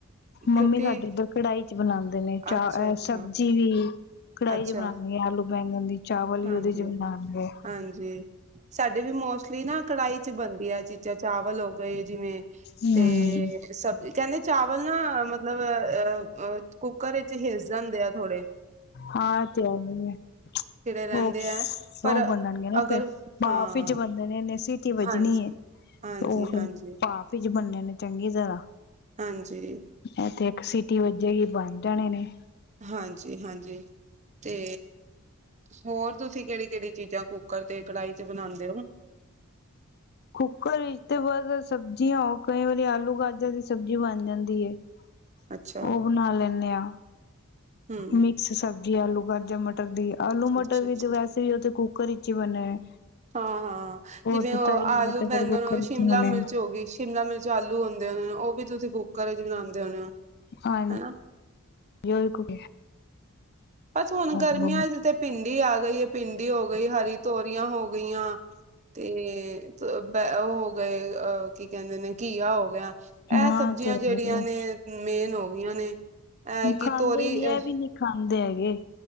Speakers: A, on the left; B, on the right.
A: ਮੰਮੀ
B: ਕਿਉਂਕਿ
A: ਸਾਡੇ ਉੱਧਰ ਕੜਾਈ ਚ ਬਨਾਦੇ ਨੇ ਚਾ
B: ਅੱਛਾ
A: ਅ
B: ਅੱਛਾ
A: ਸਬਜ਼ੀ ਵੀ ਕੜਾਹੀ
B: ਅੱਛਾ
A: ਚ ਬਣਾਉਣਗੇ ਆਲੂ ਬੈਗਣ ਦੀ ਚਾਵਲ ਵੀ
B: ਹਾਂਜੀ
A: ਉਹਦੇ ਚ ਬਣਾਣਗੇ
B: ਹਾਂਜੀ ਸਾਡੇ ਵੀ ਮੋਸਟਲੀ ਨਾ ਕੜਾਹੀ ਚ ਬਣਦੀ ਐ ਚੀਜ਼ਾਂ ਚਾਵਲ ਹੋ ਗਏ ਜਿਵੇਂ
A: ਹਮ
B: ਤੇ ਸਬਜ਼ ਕਹਿੰਦੇ ਚਾਵਲ ਨਾ ਮਤਲਬ ਅ ਅ ਕੁੱਕਰ ਵਿੱਚ ਹਿਸ ਜਾਂਦੇ ਆ ਥੋੜ੍ਹੇ
A: ਹਾਂ, ਤਿਆ ਹੂਹੀਂ ਹੈ
B: ਰਹਿੰਦੇ
A: ਉਹ-ਉਹ
B: ਹੈ ਪਰ
A: ਬਣਣਗੇ ਨਾ
B: ਅਗਰ
A: ਫਿਰਰ
B: ਹਾਂ
A: ਬਾਫ ਚ ਬ ਨੇਨੇ ਸੀਟੀ ਵੱਜਣੀ
B: ਹਾਂਜੀ
A: ਏ
B: ਹਾਂਜੀ
A: ਤੇ ਉਹ ਫਿਰ
B: ਹਾਂਜੀ
A: ਭਾਫ ਤ ਚ ਬਣਨੇ ਨੇ ਜਰਾ
B: ਹਾਂਜੀ
A: ਇਹਥੇ ਇੱਕ ਸਿਟੀ ਵਜੇ ਗੀ ਬਣ ਜਾਣੇ ਨੇ।
B: ਹਾਂਜੀ-ਹਾਂਜੀ ਤੇ ਹੋਰ ਤੁਸੀਂ ਕਿਹੜੀ-ਕਿਹੜੀ ਚੀਜ਼ਾਂ ਕੁੱਕਰ ਤੇ ਕੜਾਹੀ ਚ ਬਣਾਂਦੇ ਔ?
A: ਕਈ ਹਫਤੇ ਬਾਦ ਸਬਜ਼ੀਆਂ ਹੋ ਕਈ ਵਾਰੀ ਆਲੂ ਗਾਜਰ ਦੀ ਸਬਜ਼ੀ ਬਣ ਜਾਂਦੀ ਏ।
B: ਅੱਛਾ
A: ਉਹ ਬਣਾ ਲੈਂਨੇ ਆਂ,
B: ਹਮ
A: ਮਿਕਸ ਸਬਜ਼ੀ ਆਲੂ ਗਾਜਰ ਮਟ ਮਟਰ ਦੀ ਆਲੂ
B: ਅੱਛਾ
A: ਮਟਰ ਵੀ
B: ਅੱਛਾ
A: ਤੇ ਵੈਸੇ ਵੀ ਉਹਥ ਕੁੱਕਰ ਵਿਚ ਚ ਹੀ ਬਣੇ।
B: ਹਾਂ-ਹਾਂ, ਜਿਵੇਂ
A: ਤੇ
B: ਉਹ
A: ਤਰੀ
B: ਆਲੂ
A: ਵਾਲੇ ਤੇ ਫਿਰ
B: ਬੈਂਗਣ,
A: ਕੁੱਕਰ ਵਿੱਚ
B: ਸ਼ਿਮਲਾ
A: ਹੀ ਬਣੇ
B: ਮਿਰਚ
A: ਨੇ
B: ਹੋ ਗਈ ਸ਼ਿਮਲਾ ਮਿਰਚ ਆਲੂ ਹੁੰਦੇ ਉਹ ਵੀ ਤੁਸੀਂ ਕੁੱਕਰ ਚ ਬਣਾਦੇ ਹੋਣੇ ਹੋ
A: ਹਨ।
B: ਹਨਾ
A: <unintelligible>
B: ਬਸ ਹੁਣ
A: ਹੂੰ
B: ਗਰਮੀਆਂ ਚ ਤੇ ਭਿੰਡੀ ਆ ਗਈਏ ਪਿੰਡੀ ਹੋ ਗਈ ਏ ਹਰੀ ਤੋਰੀਆਂ ਹੋ ਗਈਆਂ ਤੇ ਤ ਬ ਉਹ ਗਏ ਅ ਕੀ ਕਹਿੰਦੇ ਨੇ ਘੀਆ ਹੋ ਗਿਆ ਇਹ
A: ਹਾਂ
B: ਸਬਜ਼ੀਆਂ
A: ਤੇ
B: ਜਿਹੜੀਆਂ
A: ਹੈਗਾ।
B: ਨੇ ਮੇਨ ਹੋ ਹੋਇਆਂ ਨੇ। ਇਹ
A: ਖਾਂਦੇ
B: ਕਿ ਤੋਰੀ
A: ਈ ਨੀ
B: ਅ,
A: ਐ ਵੀ ਨੀ ਖਾਂਦੇ ਹੈਗੇ,